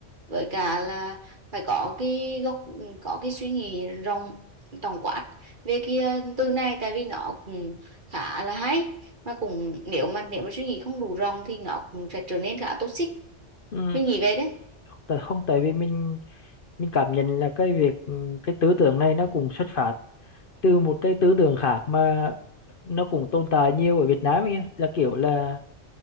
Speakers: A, on the right; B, on the left.
A: với cả là phải có cái góc có cái suy nghĩ rộng tổng quát về cái từ này tại vì nó cũng khá là hay mà cũng nếu mà nếu mà suy nghĩ không đủ rộng thì nó cũng sẽ trở nên khá toxic
B: ừ,
A: mình nghĩ về đấy
B: tại không tại vì mình mình cảm nhận là cái việc ừ, cái tư tưởng này nó cũng xuất phát từ một cái tư tưởng khác mà nó cũng tồn tại nhiều ở Việt Nam ấy, kìa. là kiểu là